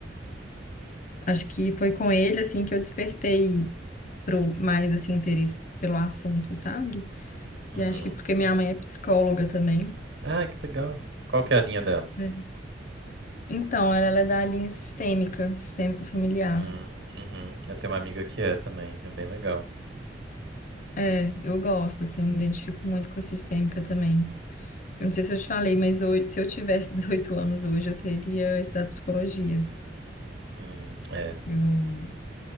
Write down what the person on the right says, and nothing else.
uhum.
Ah, que legal. Qual que é a linha dela?
Hum, uhum. Eu tenho uma amiga que é também, é bem legal.
Hum, é.